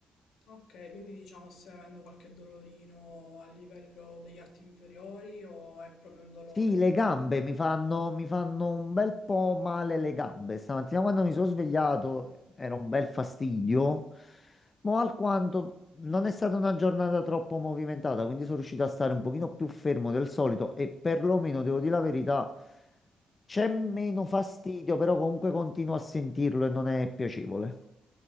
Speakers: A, on the left; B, on the left.
A: Ok, quindi diciamo stai avendo qualche dolorino a livello degli arti inferiori o è proprio un dolore?
B: Sì, le gambe mi fanno, mi fanno un bel po' male le gambe. Stamattina quando mi sono svegliato era un bel fastidio, ma alquanto non è stata una giornata troppo movimentata, quindi sono riuscito a stare un pochino più fermo del solito e perlomeno, devo dire la verità, c'è meno fastidio, però comunque continuo a sentirlo e non è piacevole.